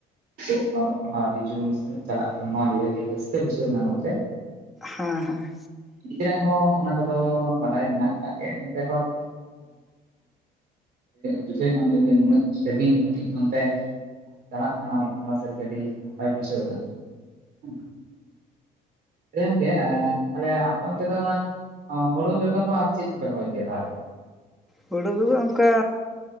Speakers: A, on the right (about 65°); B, in the centre.
A: ᱛ ᱚᱞᱚᱜ ᱯᱟᱲᱦᱟᱜ ᱟᱹᱰᱤ ᱡᱳᱨ ᱪᱟᱞᱟᱜ ᱠᱟᱱᱟ ᱱᱚᱣᱟ ᱟᱹᱰᱤ ᱨᱟᱹᱥᱠᱟᱹ ᱵᱩᱡᱷᱟᱹᱣ ᱠᱟᱱᱟ ᱱᱚᱛᱮ᱾
B: ᱦᱮᱸ ᱦᱮᱸ᱾
A: ᱱᱤᱡᱮᱨᱟᱜ ᱦᱚᱸ ᱚᱱᱟ ᱠᱚᱫᱚ ᱵᱟᱰᱟᱭ ᱢᱮᱱᱟᱜ ᱟᱠᱟᱫ ᱜᱮᱭᱟ ᱮᱱᱛᱮᱦᱚᱸᱼᱼ ᱵᱩᱡᱷᱟᱹᱣ ᱧᱟᱢ ᱞᱮ ᱡᱮ ᱱᱩᱱᱟᱹᱜ ᱥᱟᱹᱜᱤᱧ ᱦᱟᱹᱵᱤᱡ ᱚᱱᱛᱮ, ᱪᱟᱞᱟᱜ ᱠᱟᱱᱟ ᱚᱞᱚᱜ ᱯᱟᱲᱟ ᱥᱟᱹᱨᱤᱜᱮ ᱟᱹᱰᱤ ᱱᱟᱯᱟᱭ ᱵᱩᱡᱷᱟᱹᱣ ᱮᱱᱟ ᱦᱮᱸ᱾ ᱦᱮᱸ ᱜᱚᱢᱠᱮ ᱛᱟᱞᱦᱮ ᱟᱯᱮ ᱚᱱᱛᱮ ᱫᱚ ᱚᱱᱟᱼᱼ ᱚ ᱦᱩᱲᱩ ᱵᱮᱜᱟᱨ ᱦᱚᱸ ᱟᱨ ᱪᱮᱫ ᱠᱚᱯᱮ ᱨᱚᱦᱚᱭ ᱜᱮᱭᱟ ᱛᱟᱦᱚᱞᱮ?
B: ᱦᱩᱲᱩ ᱫᱚ ᱚᱱᱠᱟᱼᱼ